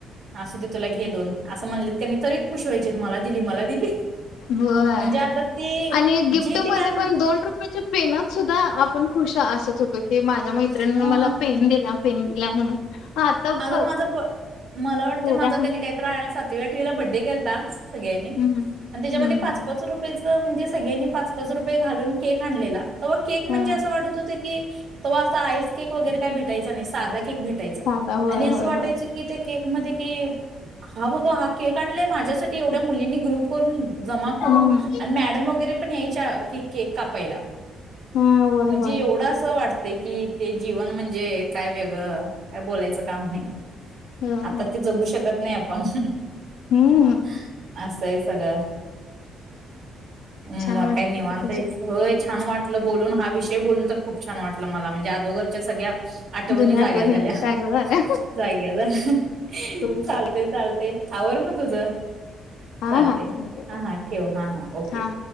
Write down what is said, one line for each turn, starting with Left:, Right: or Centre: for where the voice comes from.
Right: असुदे तुला घेे. असं म्हणलेत कणी तरी खुश वायचे मला दिली मला दिली.
Left: होय.
Right: म्हणजे आता ती
Left: आणि गिफ्टमध्ये
Right: जी ते काय म्हणतात
Left: पण दोन रुपयाच्या पेनात सुद्धा आपण खुश असत हो.. तो की माझ्या मैत्रिणीन
Right: हा
Left: मला पेन दिला. पेन दिला म्हणून आता
Right: आग
Left: बघ
Right: माझं ब.. मला वाटते
Left: पोरा
Right: माझा कनी काहीतर आहे सात... तुव्या टीला बड्डे केेलतास सगळ्यानी
Left: हं, हं,
Right: आणि त्याच्या
Left: हं,
Right: मध्ये पाच-पाच रुपेयच.. म्हणजे सगळ्यांनी पाच पाच रुपये घालून केक आणलेला तेव्हा केक म्हणजे
Left: हं,
Right: असं वाटत होत की तवा असं आईस.. केक वगैरे काय भेटायचं नाही साधा केक भेटायचा.
Left: साधा होय,
Right: आणि
Left: होय,
Right: असं वाटायचं
Left: होय.
Right: कि त्या केक मध्ये कि ह ब हा केक आणलाय माझ्यासाठी एवढ्या मुलींनी ग्रप फोन जमा करून
Left: हं,
Right: अन मॅडम वगैरे पण यायच्या क केक कापायला
Left: हं, होय,
Right: म्हणजे
Left: होय,
Right: एवढस वाटत ते की ते जीवन म्हणजे काय वेगळं काय बोलायचं काम नाही
Left: होय.
Right: आता ते जगू शकत नाही आपण ह्म्म
Left: हं,
Right: असहे सगळं हम्
Left: छान
Right: म
Left: वाटत
Right: काय नावांत
Left: होत तुझ्या
Right: आहेस होय छान वाट तुला बोलून हा विषय बोलून तर खूप छान वाटत मला म्हणजे आगोदरच्या सगळ्या आठवणी
Left: जुन्या
Right: जाग्या झाल्या
Left: ताज्या झाल्या.
Right: जाग्या झाल्या
Left: होय की,
Right: चालते चालते आवर म तुझ
Left: हां,
Right: चालतय
Left: हां, चालतंय, चालतंय.
Right: हा हा ठेव हा हा ओके
Left: हां.